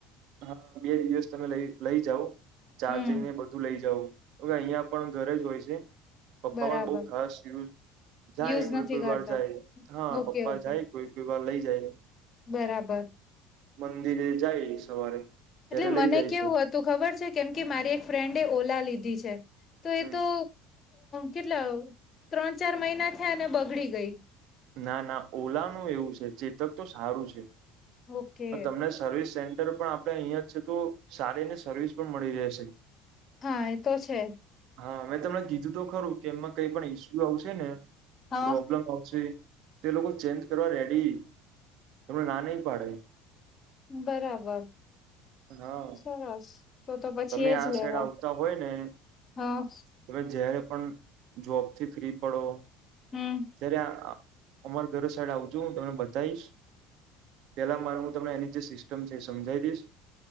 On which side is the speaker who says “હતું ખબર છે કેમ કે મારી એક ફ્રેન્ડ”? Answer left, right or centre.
Left